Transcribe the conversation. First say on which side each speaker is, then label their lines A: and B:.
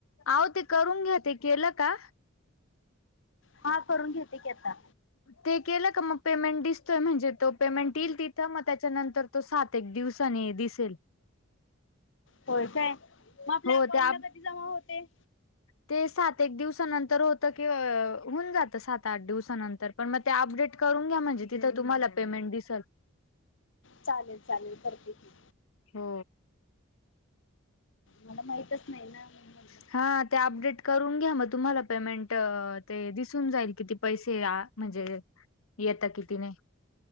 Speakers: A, on the left (about 85°); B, on the left (about 65°).
A: अहो ते करून घ्या ते केलं का
B: हा करून घेते की आता
A: ते केलं का मग पेमेंट दिसतोय म्हणजे तो पेमेंट येईल तिथं मग त्याच्यानंतर तो सात एक दिवस दिसेल
B: होय काय मग आपल्या
A: हो
B: अकाउंटला
A: ते अप
B: कधी जमा होते
A: ते सात एक दिवसानंतर होतं कि होऊन जातं सात आठ दिवसानंतर पण मग ते अपडेट करून घ्या म्हणजे तिथं तुम्हाला पेमेंट दिसलं
B: चालेल चालेल करते की
A: हो
B: मला माहितच नाही ना म्हणून
A: <inaudible>
B: म्हटलं
A: हा ते अपडेट करून घ्या मग तुम्हाला पेमेंट ते दिसून जाईल किती पैसे म्हणजे येत कितीने